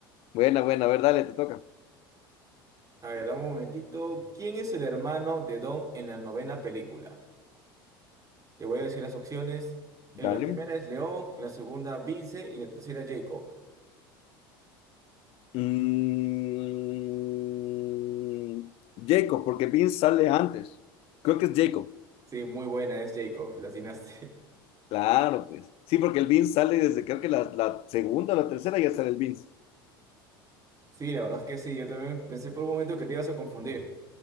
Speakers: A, on the left; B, on the right.
A: Buena, buena, a ver, dale, te toca.
B: A ver, dame un momentito. ¿Quién es el hermano de Don en la novena película? Te voy a decir las opciones. En
A: Dale.
B: la primera es León, en la segunda Vince y la tercera Jacob.
A: Mm, Jacob, porque Vince sale antes. Creo que es Jacob.
B: Sí, muy buena, es Jacob, la atinaste. <laughs>
A: Claro, pues. Sí, porque el Vince sale desde creo que la, la segunda o la tercera ya sale el Vince.
B: Sí, la verdad es que sí, yo también pensé por un momento que te ibas a confundir.